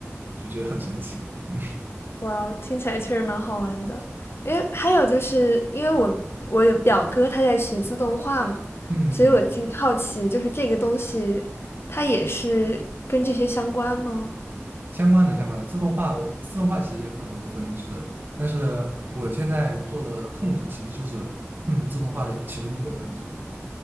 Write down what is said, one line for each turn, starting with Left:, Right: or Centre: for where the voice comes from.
Right: 就觉得很神奇。嗯，
Left: 哇哦听起来确实蛮好玩的。因为还有就是因为我我有表哥他在学自动化嘛，
Right: 嗯
Left: 所以我挺好奇，就是这个东西它也是跟这些相关吗？
Right: 相关的相关的自动化，自动化其实也分很多分支，但是我现在做的控制其实就是嗯自动化的其中一个分支。